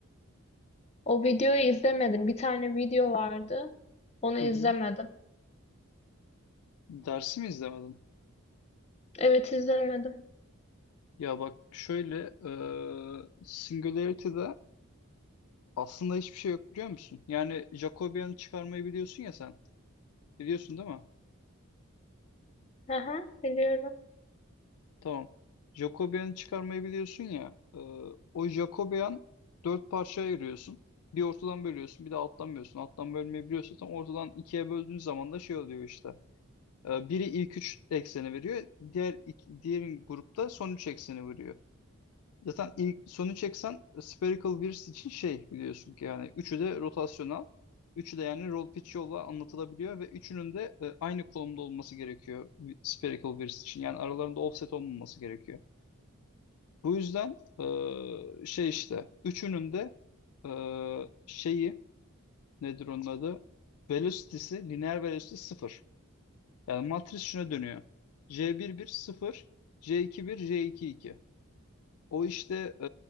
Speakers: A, on the left; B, on the left.
A: O videoyu izlemedim. Bir tane video vardı. Onu izlemedim.
B: Hı hı. Dersi mi izlemedin?
A: Evet izlemedim.
B: Ya bak şöyle e, Singularity'de aslında hiçbir şey yok biliyor musun? Yani Jacobian'ı çıkarmayı biliyorsun ya sen. Biliyorsun değil mi?
A: Aha, biliyorum.
B: Tamam. Jacobian'ı çıkarmayı biliyorsun ya. e, o Jacobian dört parçaya ayırıyorsun. Bir ortadan bölüyorsun bir de alttan bölüyorsun. Alttan bölmeyi biliyorsun. Tam ortadan ikiye böldüğün zaman da şey oluyor işte. E, biri ilk üç ekseni veriyor. Diğer, ik- diğer grupta son üç ekseni veriyor. Zaten ilk sonu çeksen spherical Wheels için şey biliyorsun ki yani üçü de rotasyonel. Üçü de yani roll pitch yolla anlatılabiliyor ve üçünün de e, aynı konumda olması gerekiyor wi- spherical Wheels için. Yani aralarında offset olmaması gerekiyor. Bu yüzden e, şey işte üçünün de e, şeyi nedir onun adı? Velocity'si, lineer velocity sıfır. Yani matris şuna dönüyor. J11 sıfır, J21, J22. O işte e,